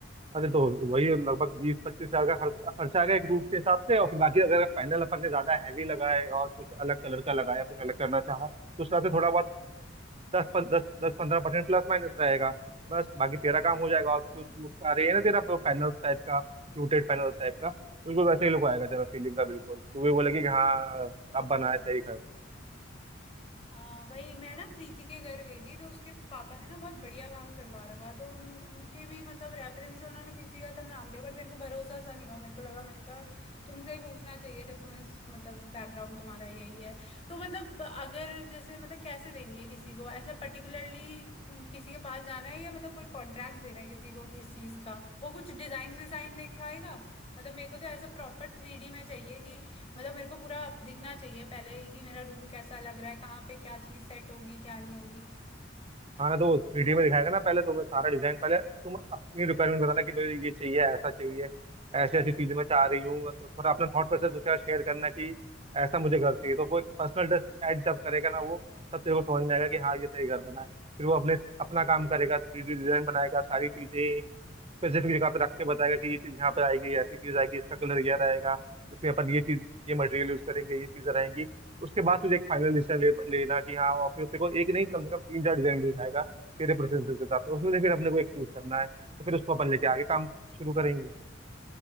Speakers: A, on the right; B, on the left.
A: अरे तो वही लगभग बीस पच्चीस हजार का खर्च- खर्चा आ गया एक रूम के हिसाब से और फिर बाकी अगर पैनल अपन ने ज्यादा हैवी लगाए और कुछ अलग कलर का लगाया कुछ अलग करना चाहा तो उस हिसाब से थोड़ा बहुत दस पन, दस दस पंद्रह परसेंट प्लस माइनस रहेगा बस बाकी तेरा काम हो जाएगा
B: हाँ।
A: और जो लुक आ रही है ना तेरा पैनल्स टाइप का फ्लूटेड पैनल्स टाइप का बिल्कुल वैसे ही लुक आएगा तेरा सीलिंग का बिल्कुल तू भी बोलेगी कि हाँ अब बनाया सही
B: हाँ वही मैं ना प्रीति के घर गई थी तो उसके पापा ने ना बहुत बढ़िया काम करवा रखा तो उन उनके भी मतलब रेफरेंस से उन्होंने किसी का तो नाम लिया बट मेरे को भरोसा सा नहीं हुआ मेरे को लगा मैंने कहा तुमसे ही पूछना चाहिए जब तुम इस मतलब बैकग्राउंड तुम्हारा यही है तो मतलब अगर जैसे मतलब कैसे देनी है किसी को ऐसे पर्टिकुलरली किसी के पास जाना है या मतलब कोई कॉन्ट्रैक्ट देना है किसी को किस चीज का वो कुछ डिजाइन विजाइन दिखाएगा मतलब मेरे को तो ऐसा प्रॉपर थ्री डी में चाहिए कि मतलब मेरे को पूरा दिखना चाहिए पहले ही कि मेरा रूम कैसा लग रहा है कहाँ पे क्या चीज सेट होगी क्या नहीं होगी
A: हाँ ना तो वीडियो में दिखाएगा ना पहले तुम्हें सारा डिजाइन पहले तुम अपनी रिक्वायरमेंट बताना कि मुझे ये चाहिए ऐसा चाहिए ऐसी ऐसी चीजें मैं चाह रही हूँ तो थोड़ा अपना थॉट प्रोसेस उसके साथ शेयर करना कि ऐसा मुझे घर चाहिए तो कोई पर्सनल टच ऐड जब करेगा ना वो तब तेरे को समझ में आएगा कि हाँ ये सही घर बना है फिर वो अपने अपना काम करेगा थ्री डी डिजाइन बनाएगा सारी चीजें स्पेसिफिक जगह पे रख के बताएगा कि ये चीज यहाँ पे आएगी ऐसी चीज आएगी इसका कलर यह रहेगा इसमें अपन ये चीज ये मटेरियल यूज करेंगे ये चीजें रहेंगी उसके बाद तुझे एक फाइनल डिसीजन ले, लेना कि हाँ और फिर तेरे को एक नहीं कम से कम तीन चार डिजाइन दिखाएगा तेरे प्रेफरेंसेस के हिसाब से उसमें से फिर अपने को एक चूज करना है तो फिर उसको अपन लेके आगे काम शुरू करेंगे